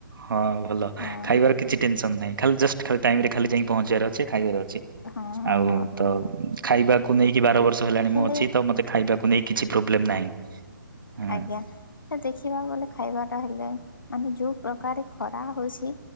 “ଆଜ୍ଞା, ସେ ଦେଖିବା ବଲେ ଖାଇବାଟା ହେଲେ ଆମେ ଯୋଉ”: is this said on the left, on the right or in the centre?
Left